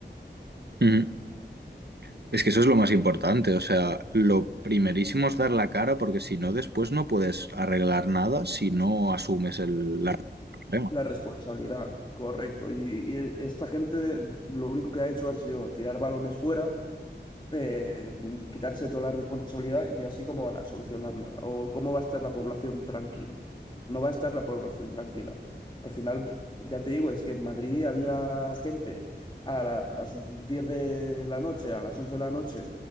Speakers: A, on the right; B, on the left.
A: Ujú. Es que eso es lo más importante, o sea, lo primerísimo es dar la cara porque si no, después no puedes arreglar nada si no asumes el, la raíz del problema.
B: La responsabilidad, correcto. Y, y esta gente lo único que ha hecho ha sido tirar balones fuera eh, mm, quitarse toda la responsabilidad y así cómo van a solucionar nada. O cómo va a estar la población tranquila. No va a estar la población tranquila. Al final, ya te digo, es que en Madrid había gente a las 10 de la noche, a las 11 de la noche,